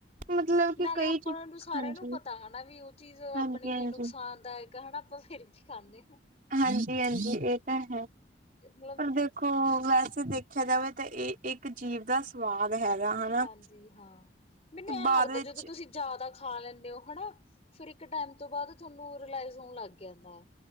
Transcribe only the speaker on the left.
ਨਾਲੇ
ਆਪਾਂ
ਨੂੰ ਸਾਰਿਆਂ
ਨੂੰ ਪਤਾ ਹਨਾ। ਵੀ ਉਹ ਚੀਜ਼
ਆਪਣੇ
ਲਈ ਨੁਕਸਾਨਦਾਇਕ ਹਨਾ ਆਪਾਂ ਫਿਰ ਵੀ ਖਾਂਦੇ ਹਾਂ
ਮਤਲਬ
ਹਾਂਜੀ ਹਾਂ ਮੈਨੂੰ
ਐਂ
ਲੱਗਦਾ
ਜਦੋਂ ਤੁਸੀਂ ਜਾਦਾ ਖਾ ਲੈਂਦੇ ਹੋ ਹਨਾ। ਫਿਰ ਇੱਕ ਟਾਈਮ ਤੋਂ ਬਾਅਦ ਤੁਹਾਨੂੰ ਰਿਲਾਇਜ਼ ਹੋਣ ਲੱਗ ਜਾਂਦਾ